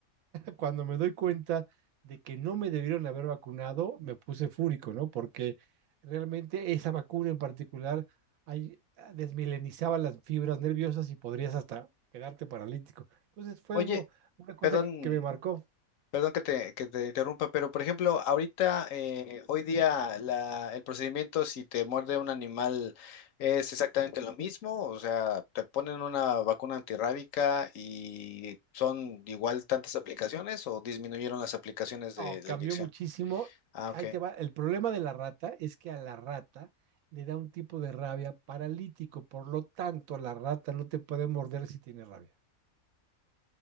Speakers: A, on the right; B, on the left.
A: cuando me doy cuenta de que no me debieron haber vacunado, me puse fúrico, ¿no? Porque realmente esa vacuna en particular ay- ah, desmilenizaba las fibras nerviosas y podrías hasta quedarte paralítico. Entonces fue
B: Oye,
A: algo, una cosa
B: perdón,
A: que, que me marcó,
B: Perdón que te, que te interrumpa, pero por ejemplo, ahorita, eh, hoy día, la, el procedimiento si te muerde un animal es exactamente lo mismo, o sea, te ponen una vacuna antirrábica y son igual tantas aplicaciones o disminuyeron las aplicaciones de
A: no,
B: la
A: cambió
B: inyección.
A: muchísimo.
B: Ah,
A: Ahí
B: ok.
A: te va. El problema de la rata es que a la rata le da un tipo de rabia paralítico, por lo tanto, la rata no te puede morder si tiene rabia.